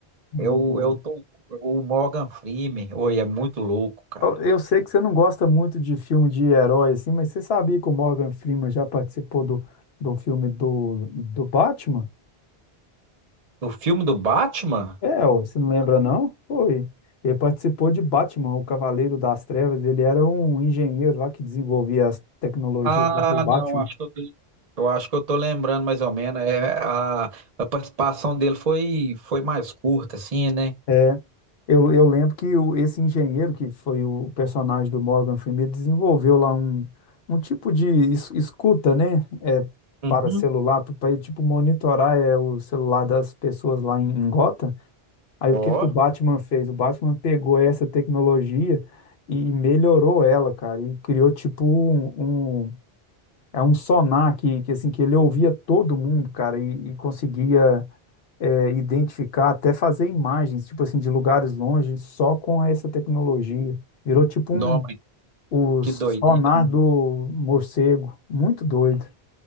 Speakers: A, on the left (about 70°); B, on the right (about 40°).
A: hum.
B: é o, é o Tom, o Morgan Freeman. Oi, é muito louco, cara.
A: Eu eu sei que você não gosta muito de filme de herói, assim, mas você sabia que o Morgan Freeman já participou do, do filme do, do Batman?
B: O filme do Batman?
A: É, ó, você não lembra não? Foi. Ele participou de Batman, o Cavaleiro das Trevas. Ele era um engenheiro lá que desenvolvia as tecnologias
B: Ah,
A: lá pro Batman.
B: não, acho que eu tô, eu acho que eu tô lembrando mais ou menos. É, a, a participação dele foi, foi mais curta, assim, né?
A: É, eu, eu lembro que o- esse engenheiro, que foi o personagem do Morgan Freeman, ele desenvolveu lá um, um tipo de es- escuta, né? É,
B: Uhum.
A: para celular, para ele, tipo, monitorar é, o celular das pessoas lá em, em Gotham. Aí o
B: Ó,
A: que que o Batman fez? O Batman pegou essa tecnologia e melhorou ela, cara, e criou tipo um, um- é um sonar que, que assim que ele ouvia todo mundo, cara, e, e conseguia é, identificar, até fazer imagens, tipo assim, de lugares longe, só com essa tecnologia. Virou tipo
B: não,
A: um
B: mas
A: o
B: que
A: sonar
B: doideira, hein?
A: do morcego, muito doido.